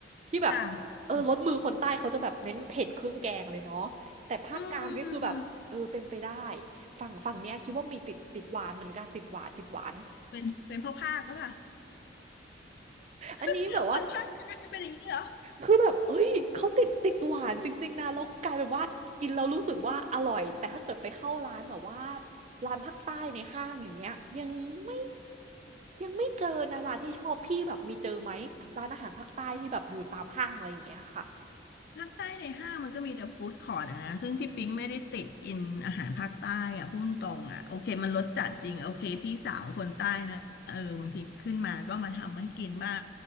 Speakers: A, on the right; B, on the left.
A: ที่แบบ
B: ค่ะ
A: เออรสมือคนใต้เขาจะแบบเน้นเผ็ดเครื่องแกงเลยเนาะแต่ภาคกลางนี่คือแบบเออเป็นไปได้
B: อืม
A: ฝั่งฝั่งเนี้ยคิดว่ามีติดติดหวานเหมือนกันติดหวานติดหวาน
B: เป็นเป็นพ่อภาคก็ปล่ะ
A: อันนี้แบบว่า
B: <laughs> คนภาค <laughs> กลางนี่เป็นอย่างนี้เหรอ
A: คือแบบเอ้ยเขาติดติดหวานจริงๆนะแล้วกลายเป็นว่ากินแล้วรู้สึกว่าอร่อยแต่ถ้าเกิดไปเข้าร้านแบบว่าร้านภาคใต้ในห้างอย่างเงี้ยยังไม่ ยังไม่เจอนะร้านที่ชอบพี่แบบมีเจอไหมร้านอาหารภาคใต้ที่แบบอยู่ตามห้างอะไรอย่างเงี้ยค่ะ
B: ภาคใต้ในห้างมันก็มีแต่ฟู้ดคอร์ทอะนะซึ่งพี่ปิ๊งไม่ได้ติดอินอาหารภาคใต้อะพูดตรงอะโอเคมันรสจัดจริงโอเคพี่สาวคนใต้นะเออบางทีขึ้นมาก็มาทำให้กินบ้าง